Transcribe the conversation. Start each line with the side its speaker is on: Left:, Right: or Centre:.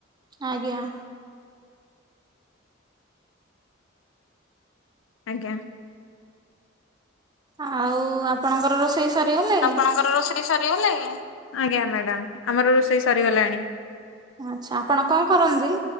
Right: ଆଜ୍ଞା।
Left: ଆଜ୍ଞା।
Right: ଆଉ ଆପଣଙ୍କର ରୋଷେଇ? ସରିଗଲାଣି
Left: ଆପଣଙ୍କର ରୋଷେଇ ସରିଗଲାଣି? ଆଜ୍ଞା ମ୍ୟାଡ଼ାମ ଆମର ରୋଷେଇ ସରିଗଲାଣି।
Right: ଆଚ୍ଛା, ଆପଣ କଣ କରନ୍ତି?